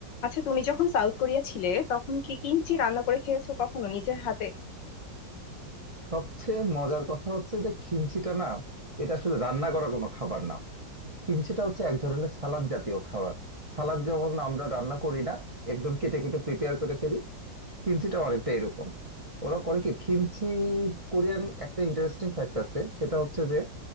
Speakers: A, on the left; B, on the right.
A: আচ্ছা তুমি যখন সাউথ কোরিয়া ছিলে তখন কি কিমচি রান্না করে খেয়েছো কখনো নিজের হাতে
B: সবচেয়ে মজার কথা হচ্ছে যে খিমচিটা না এটা আসলে রান্না করা কোনো খাবার না খিমচিটা হচ্ছে এক ধরনের সালাদ জাতীয় খাবার সালাদ যেমন আমরা রান্না করি না একদম কেটে কুটে প্রিপেয়ার করে ফেলি খিমচিটা অনেকটা এরকম ওরা করে কি খিমচি কোরিয়ান একটা ইন্টারেস্টিং ফ্যাক্ট আছে সেটা হচ্ছে যে